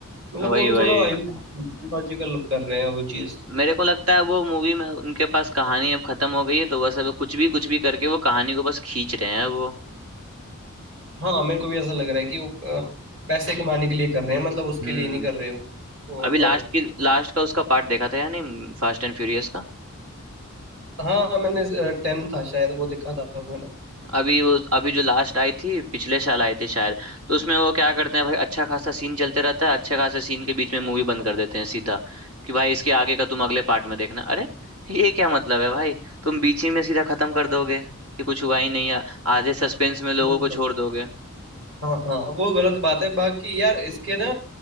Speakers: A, on the right (about 60°); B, on the right (about 80°).
A: मतलब
B: वही
A: वो भी
B: वही
A: थोड़ा लॉजिकल कर रहे हैं वो चीज
B: मेरे को लगता है वो मूवी में उनके पास कहानी अब खत्म हो गई है तो बस अब कुछ भी कुछ भी करके वो कहानी को बस खींच रहे हैं वो
A: हाँ मेरे को भी ऐसा लग रहा है कि वो अ, पैसे कमाने के लिए कर रहे हैं मतलब उसके
B: हम्म
A: लिए नहीं कर रहे वो और
B: अभी लास्ट
A: अब
B: की लास्ट का उसका पार्ट देखा था या नहीं फास्ट एंड फ्यूरियस का
A: हाँ मैंने टेन था शायद वो देखा था मैंने
B: अभी वो अभी जो लास्ट आई थी पिछले साल आई थी शायद तो उसमें वो क्या करते हैं भाई अच्छा खासा सीन चलते रहता है अच्छे खासे सीन के बीच में मूवी बंद कर देते हैं सीधा कि भाई इसके आगे का तुम अगले पार्ट में देखना अरे ये क्या मतलब है भाई तुम बीच ही में सीधा खत्म कर दोगे कि कुछ हुआ ही नहीं है आधे सस्पेंस में लोगों
A: बिल्कुल
B: को छोड़ दोगे
A: हाँ हाँ वो गलत बात है बाकी यार इसके ना